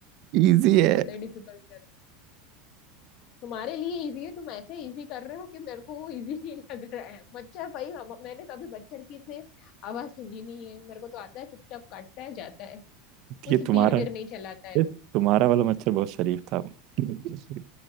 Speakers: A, on the right; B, on the left.
A: इजी है
B: ज्यादा ही डिफिकल्ट कर रहे हो तुम्हारे लिए इजी है तुम ऐसे इजी कर रहे हो कि मेरे को वो इजी नहीं लग रहा है मच्छर भाई हम मैंने कभी मच्छर की से आवाज सुनी नहीं है मेरे को तो आता है चुपचाप काटता है जाता है कुछ
A: ये तुम्हारा
B: तीर बीर नहीं चलाता है
A: ये तुम्हारा वाला मच्छर बहुत शरीफ था नहीं